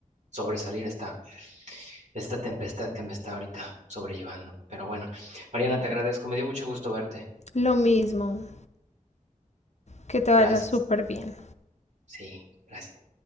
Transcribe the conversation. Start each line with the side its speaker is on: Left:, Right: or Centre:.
Right: sobresalir esta, esta tempestad que me está ahorita sobrellevando. Pero bueno, Mariana, te agradezco, me dio mucho gusto verte.
Left: Lo mismo, que te vaya
Right: Gracias.
Left: súper bien.
Right: Sí, gracias.